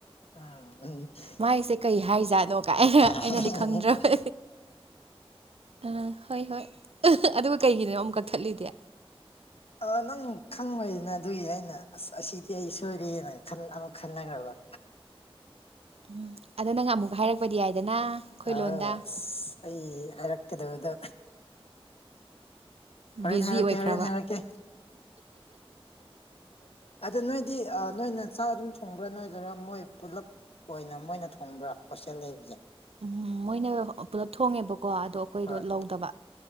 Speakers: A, on the left; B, on the right.
A: ꯎꯝ <unintelligible>
B: ꯃꯥꯏꯁꯦ ꯀꯩ ꯍꯥꯏꯖꯥꯠꯅꯣ ꯀꯥꯏ
A: ꯑꯥ
B: ꯑꯩꯅꯗꯤ ꯈꯪꯗ꯭ꯔꯕ ꯑ ꯍꯣꯏ ꯍꯣꯏ ꯑꯗꯨꯒ ꯀꯩꯒꯤꯅꯣ ꯑꯃꯨꯛ ꯀꯛꯊꯠꯂꯤꯨꯗꯦ
A: ꯑ ꯅꯪ ꯈꯪꯉꯣꯏꯗꯅ ꯑꯗꯨꯒꯤ ꯑꯩꯅ ꯑꯁ ꯑꯁꯤꯗꯤ ꯑꯩ ꯁꯣꯏꯔꯦꯅ ꯑꯃꯨꯛ ꯈꯟꯅꯈ꯭ꯔꯕ ꯑ
B: ꯎꯝ ꯑꯗ ꯅꯪ ꯑꯃꯨꯛ ꯍꯥꯏꯔꯛꯄꯗꯤ ꯌꯥꯏꯗꯅ
A: ꯑꯥꯎ
B: ꯂꯣꯟꯗ
A: ꯑꯁ ꯑꯩ ꯍꯥꯏꯔꯛꯀꯗꯕꯗꯣ ꯍꯣꯔꯦꯟ
B: ꯕꯤꯖꯤ
A: ꯍꯥꯏꯔꯛꯀꯦ
B: ꯑꯣꯏꯈ꯭ꯔꯕ
A: ꯍꯣꯔꯦꯟ ꯍꯥꯏꯔꯛꯀꯦ ꯑꯗ ꯅꯣꯏꯗꯤ ꯅꯣꯏꯅ ꯆꯥꯛ ꯑꯗꯨꯝ ꯊꯣꯡꯕ꯭ꯔꯥ ꯅꯣꯏꯗꯣꯏꯔꯥ ꯃꯣꯏ ꯄꯨꯂꯞ ꯀꯣꯏꯅ ꯃꯣꯏꯅ ꯊꯣꯡꯕ꯭ꯔꯥ ꯍꯣꯁꯇꯦꯜ ꯂꯩꯕꯁꯦ
B: ꯎꯝ ꯃꯣꯏꯅ ꯄꯨꯂꯞ ꯊꯣꯡꯉꯦꯕꯀꯣ ꯑꯗꯣ ꯑꯩꯈꯣꯏꯗꯣ
A: ꯍꯣꯏ
B: ꯂꯧꯗꯕ